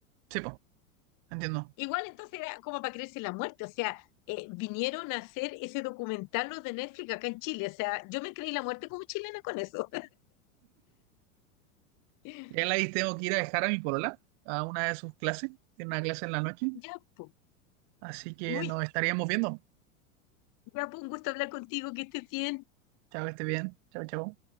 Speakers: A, on the right (about 60°); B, on the left (about 50°).
A: Sí, pues, entiendo.
B: Igual entonces era como para creerse la muerte, o sea, eh, vinieron a hacer ese documental los de Netflix acá en Chile, o sea, yo me creí la muerte como chilena con eso. <laughs>
A: Ya la vi, tengo que ir a dejar a mi polola a una de sus clases, tiene una clase en la noche,
B: Ya, po.
A: así que
B: Uy,
A: nos estaríamos viendo.
B: Ya, pues un gusto hablar contigo, que estés bien.
A: Chao, que esté bien. Chao, chao.